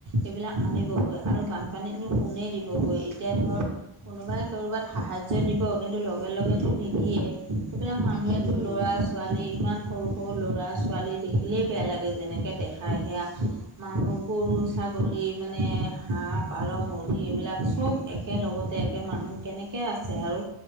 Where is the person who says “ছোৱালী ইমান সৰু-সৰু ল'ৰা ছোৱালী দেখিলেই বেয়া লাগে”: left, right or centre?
Right